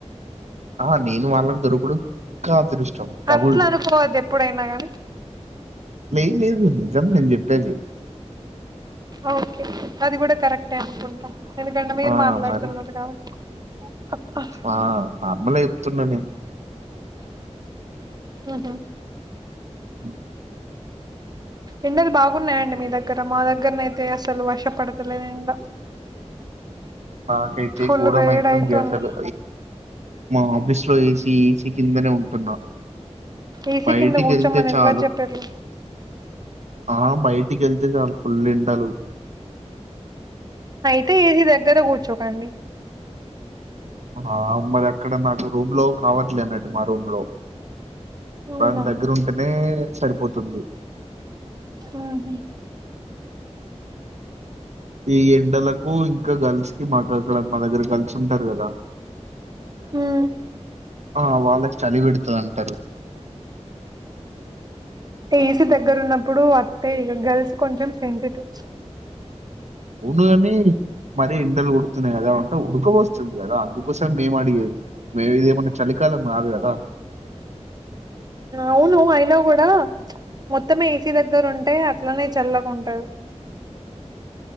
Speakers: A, on the right; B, on the right.
A: ఆహా నేను వాళ్ళకి దొరకడం ఇంకా అదృష్టం డబుల్
B: అట్లా అనుకోవద్దు ఎప్పుడైనా గాని
A: ఏ లేదు నిజం నేను చెప్పేది పేది
B: ఓకే అది కూడా కరెక్టే అనుకుంటాం ఎందుకంటె మీరు
A: ఆ!
B: మాట్లాడుతున్నరూ
A: మరి
B: కాబట్టి అబ్బా
A: ఆ! నార్మలే జెప్తున్నా నేను.
B: హ్మ్మ్ హ్మ్మ్
A: ఉ
B: ఎండలు బాగున్నాయండి మీ దగ్గర మా దగ్గరనైతే అసలు వషపడతలేదు ఎండ
A: నాకైతే
B: ఫుల్
A: ఘూరంమైతుంది
B: వేడి అయితుంది
A: అసలు మా ఆఫీస్ లో ఏ సీ ఏ సీ కిందనే ఉంటున్నారు
B: ఏసీ
A: బయటికి
B: కింద కూర్చోమని
A: వెళ్తే చాలు
B: ఎవరు చెప్పిర్రు
A: ఆ బయటికి వెళ్తే చాలు ఫుల్ ఎండ డలు
B: అయితే ఏజీ దగ్గర కూర్చోకండి
A: ఆ మరి అక్కడ నాకు రూమ్ లో కావట్లే అన్నట్టు మా రూమ్ లో
B: అవునా
A: దాని దగ్గరు ఉంటేనే సరిపోతుంది
B: ఉహు.
A: ఈ ఎండలకు ఇంకా గర్ల్స్ కి మాకు అక్కడ మా దగ్గర గర్ల్స్ ఉంటారు కదా
B: ఉమ్
A: ఆ వాళ్ళకి చలి పెడుతుంది అండి
B: ఇసి దగ్గర ఉన్న ఇప్పుడు వస్తాయి ఇక గర్ల్స్ కొంచెం సెన్సిటివ్
A: వునుగాని మర ఇండలు ఉడుతున్నాయి కదా అంటే ఉడక వస్తుంది కదా అందుకోసం మేము అడిగేది మేము ఇదేమన్నా చలికాలం కాదు కదా
B: అవును అయినా కూడా మొత్తమే ఏసీ దగ్గర ఉంటే అట్లనే చల్లకుంటారు